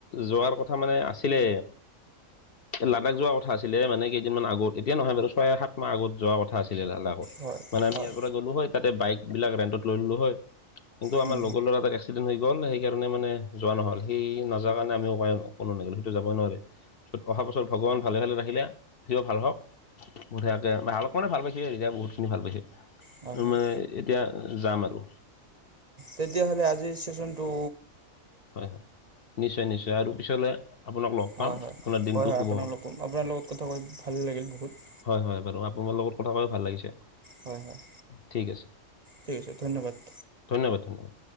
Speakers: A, on the left; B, on the right.
A: যোৱাৰ কথা মানে আছিলে লাডাখ যোৱা কথা আছিলে মানে কেইদিনমান আগত এতিয়া নহয় বাৰু ছয় সাত মাহ আগত যোৱা ক থা আছিলে লাডাখত
B: হয়
A: মানে আমি
B: হয়
A: ইয়াৰ পৰা গ'লো হয় তাতে বাইক বিলাক ৰেন্টত লৈ ললো হয়, কিন্তু
B: হয়
A: আমাৰ লগৰ লৰা এটা এক্সিডেণ্ট হৈ গ'ল সেইকাৰণে মানে যোৱা নহল, সি নোযোৱাৰ কাৰণে আমিও মানে কোনো নগলো সিটো যাবই নোৱাৰে। অহা বছৰত ভগৱান ভালে ভালে ৰাখিলে, তেওঁ ভাল হওক। বঢ়িয়াকে ভাল মানে ভাল পাইছে এতিয়া বহুত খিনি ভাল পাইছে।
B: হয়
A: ত'
B: হয়
A: মানে এতিয়া যাম আৰু।
B: তেতিয়াহ'লে আজিৰ ছেচনটো
A: হয় হয়, নিশ্চয় নিশ্চয় আৰু পিছলৈ আপোনাক লগ
B: হয়
A: পাম
B: হয়
A: আপোনাৰ দিনটো
B: হয় হয়
A: শুভ
B: আপোনাক
A: হওক
B: লগ পাম, আপোনাৰ লগত কথা কৈ ভাল লাগিল বহুত।
A: হয় হয় বাৰু আপোনাৰ লগত কথা কৈও ভাল লাগিছে।
B: হয় হয়
A: ঠিক আছে,
B: ঠিক আছে ধন্যবাদ
A: ধন্যবাদ ধন্যবাদ।